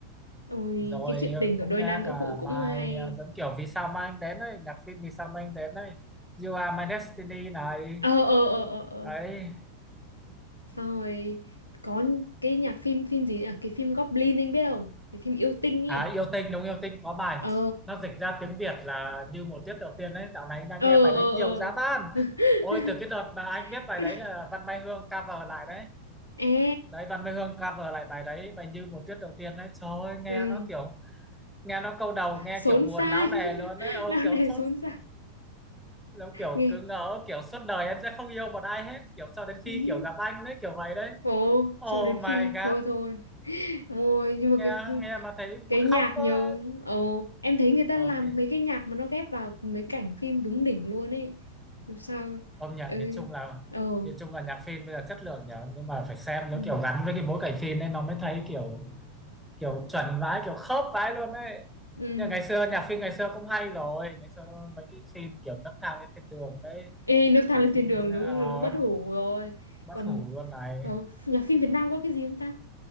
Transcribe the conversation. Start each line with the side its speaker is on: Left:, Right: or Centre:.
Left: ôi
Centre: rồi
Left: cái chuyện tình của
Centre: cũng
Left: đôi
Centre: nghe
Left: nam nữ
Centre: cả
Left: phụ cũng
Centre: bài
Left: hay
Centre: ờ, giống kiểu vì sao mà anh đến ấy nhạc phim vì sao mà anh đến ấy You Are My Destiny này
Left: ờ ờ ờ ờ ờ
Centre: đấy
Left: xong rồi có cái nhạc phim phim gì nhỉ cái phim Goblin anh biết không cái phim yêu tinh ấy
Centre: À, yêu tinh đúng yêu tinh có bài
Left: ờ
Centre: nó dịch ra tiếng Việt là như một tiết đầu tiên đấy dạo này anh đang
Left: ờ
Centre: nghe bài
Left: ờ
Centre: đấy
Left: ờ
Centre: nhiều giá ban
Left: <laughs>
Centre: ôi từ cái đợt mà anh biết bài
Left: cái
Centre: đấy
Left: đó...
Centre: là Văn Mai Hương cover lại đấy
Left: ê
Centre: đấy Văn Mai Hương cover lại bài đấy bài như một tiết đầu tiên đấy trời ơi nghe
Left: ừ
Centre: nó kiểu nghe nó câu đầu nghe
Left: xốn
Centre: kiểu buồn
Left: sang,
Centre: não nề luôn
Left: <laughs>
Centre: đấy Ôi
Left: nào
Centre: kiểu
Left: nề
Centre: sốt
Left: xốn sang
Centre: giống kiểu
Left: nghe
Centre: cứ ngỡ kiểu suốt đời em sẽ không yêu một ai hết kiểu cho đến khi
Left: nhí.
Centre: kiểu gặp anh đấy kiểu vậy đấy
Left: Ồ, cho
Centre: oh
Left: đến khi
Centre: my god
Left: thôi thôi <laughs> Ôi, nhưng mà
Centre: nghe
Left: cái
Centre: nghe mà thấy
Left: cái
Centre: muốn
Left: nhạc
Centre: khóc quá.
Left: nhiều ồ em thấy người ta
Centre: ok
Left: làm mấy cái nhạc mà nó ghép vào mấy cảnh phim đúng đỉnh luôn ấy sao
Centre: công nhận
Left: ơi
Centre: nhìn chung là
Left: ồ
Centre: nhìn chung là nhạc phim bây giờ chất lượng nhở nhưng mà phải xem nó
Left: ừ
Centre: kiểu gắn với cái bối cảnh phim nên nó mới thấy kiểu kiểu chuẩn vãi kiểu khớp vãi luôn đấy
Left: ừ
Centre: nhưng ngày xưa nhạc phim ngày xưa cũng hay rồi ngày xưa mấy cái phim kiểu nấc thang lên thiên đường đấy
Left: ê nước thang
Centre: nhạc
Left: lên thiên
Centre: phim
Left: đường
Centre: uh,
Left: đúng đúng bất hủ rồi
Centre: bất
Left: còn
Centre: hủ luôn này
Left: ồ, nhạc phim Việt Nam có cái gì không ta